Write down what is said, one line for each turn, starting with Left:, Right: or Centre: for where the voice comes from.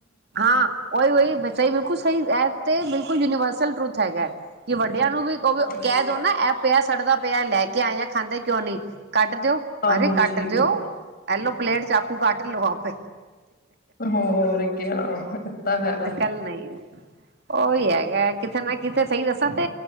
Right: ਹਾਂ, ਉਹੀ-ਉਹੀ ਸਹੀ ਬਿਲਕੁਲ ਸਹੀ ਇਹ ਬਿਲਕੁਲ ਯੂਨੀਵਰਸਲ ਟਰੂਥ ਹੈਗਾ ਐਂ। ਕਿ ਵੱਡਿਆਂ ਨੂੰ ਵੀ ਉਹ
Left: ਹੋਰ
Right: ਕਹਿ
Left: ਕਿਆ
Right: ਦੋ ਨਾ, ਇਹ ਪਿਆ ਸੜਦਾ ਪਿਆ ਲੈ ਕੇ ਆਏ ਖਾਂਦੇ ਕਿਉਂ ਨਹੀ? ਕੱਢ ਦਿਓ,
Left: ਹਾਂਜੀ
Right: ਅਰੇ ਕੱਟ ਦਿਉ, ਐਲੋ ਪਲੇਟ ਚਾਕੂ ਕੱਟ ਲਓ ਆਪੇ
Left: ਹੋਰ, ਕਿਆ, ਇਹ ਤਾਂ ਹੈ।
Right: ਕੱਲ੍ਹ ਨਹੀ। ਉਹੀ ਹੈਗਾ, ਕਿਤੇ ਨਾ ਕਿਤੇ ਸਹੀ ਦੱਸਾਂ ਤੇ